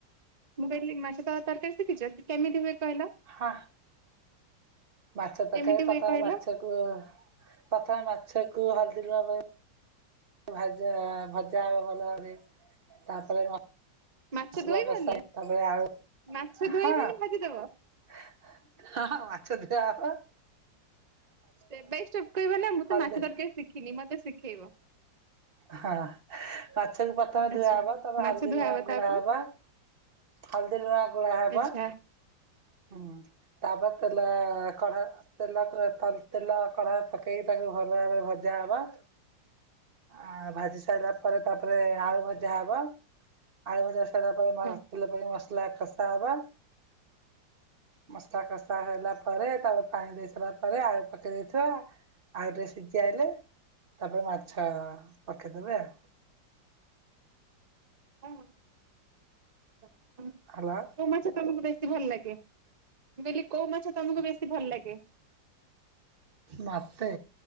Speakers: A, on the right; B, on the right.
A: ମୁଁ କହିଲି ମାଛ ତ ତର୍କାରୀ ଶିଖିଚ କେମିତି ହୁଏ କହିଲ?
B: ହଁ ମାଛ ତକାରୀ
A: କେମିତି
B: ପ୍ରଥମେ
A: ହୁଏ କହିଲ
B: ମାଛକୁ ପ୍ରଥମେ ମାଛକୁ ହଲ୍ଦୀ ଲୁଣ ଗୋଳେଇ ଭାଜା ଭଜା ହବ ଭଲରେ ତାପରେ ମ
A: ମାଛ
B: ମସଲା
A: ଧୋଇବନି
B: କସା ତାପରେ ଆଳୁ,
A: ମାଛ ଧୋଇବନି
B: ହଁ
A: ଭାଜିଦବ
B: ହଁ ହଁ ମାଛ ଧୁଆଁହେବ।
A: ଷ୍ଟେପ୍ ବାଇ ଷ୍ଟେପ୍ କହିବ ନା ମୁଁ
B: ହଳଦୀ
A: ତ ମାଛ ତରକାରି ଶିଖିନି ମତେ ଶିଖେଇବ।
B: ହଁ ମାଛକୁ ପ୍ରଥମେ
A: ଆଚ୍ଛା
B: ଧୂଆଁହବ ତାପରେ
A: ମାଛ
B: ହଳଦୀ
A: ଧୁଆ
B: ଗୁଣ
A: ହବ
B: ଗୋଳା
A: ତାପରେ
B: ହବ ହଳଦୀ ଲୁଣ ଗୋଳା ହବ
A: ଆଚ୍ଛା
B: ହୁଁ ତାପରେ ତେଲ କଢା ତେଲ କ ତ ତେଲ କଢା ପକେଇକି ତାକୁ ଭଲ ଭାବରେ ଭଜା ହବ ଆଁ ଭାଜି ସା ସାଇଲା ପରେ ତାପରେ ଆଳୁ ଭଜା ହବ, ଆଳୁ ଭଜା ସଇଲା ପରେ
A: ଆଚ୍ଛା
B: ମ ତେଲ ପକେଇ ମ ଲା ଖସାହବା ମସଲା କଷା ହେଲା ପରେ ତାକୁ ପାଣି ଦେଇ ସାଲା ପରେ ଆଳୁ ପକେଇ ଦେଇଥିବା ଆଳୁ ଟିକେ ସିଝି ଆଇଲେ ତାପରେ ମାଛ ପକେଇଦବେ ଆଉ।
A: <unintelligible>
B: ହାଲୋ।
A: କୋଉ ମାଛ ତମକୁ ବେଶୀ ଭଲ ଲାଗେ? ମୁଁ କହିଲି କୋଉ ମାଛ ତମକୁ ବେଶୀ ଭଲ ଲାଗେ?
B: ମତେ